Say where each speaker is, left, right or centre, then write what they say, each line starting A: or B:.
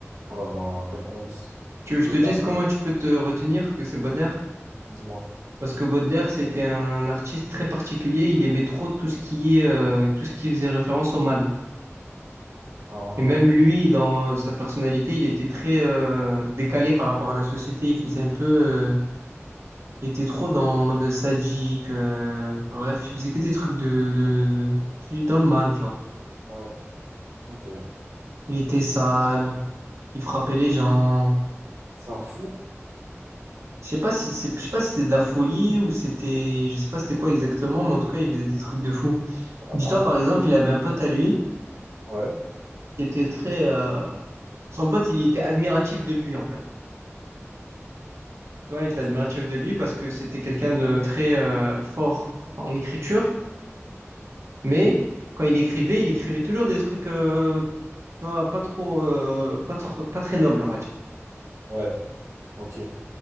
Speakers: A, on the right; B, on the right.
A: Oh là là, quelle honte.
B: Tu
A: Du
B: veux
A: Claude
B: que je te dise
A: Darmon,
B: comment tu peux te retenir que c'est Baudelaire?
A: dis-moi.
B: Parce que Baudelaire, c'était un artiste très particulier. Il aimait trop tout ce qui est, euh, tout ce qui faisait référence au mal.
A: Ah,
B: Et même
A: ok.
B: lui, dans sa personnalité, il était très euh, décalé par rapport à la société. Il faisait un peu, euh, il était trop dans en mode sadique. euh, enfin, bref, il faisait que des trucs de, de, de- dans le mal, genre.
A: Ouais, ok.
B: Il était sale, il frappait les gens.
A: C'est un fou?
B: Je sais pas si c'est, je sais pas si c'était de la folie ou c'était, je sais pas c'était quoi exactement, mais en tout cas, il faisait des trucs de fou.
A: Bah,
B: Dis-toi,
A: pareil.
B: par exemple, il avait un pote à lui
A: Ouais,
B: qui était très, euh, son pote, il était admiratif de lui, en fait. Tu vois, il était
A: ok.
B: admiratif de lui parce que c'était quelqu'un de très euh, fort en écriture, mais quand il écrivait, il écrivait toujours des trucs euh, tu vois, pas trop, euh, pas trop, pas très nobles, on va dire.
A: Ouais, ok.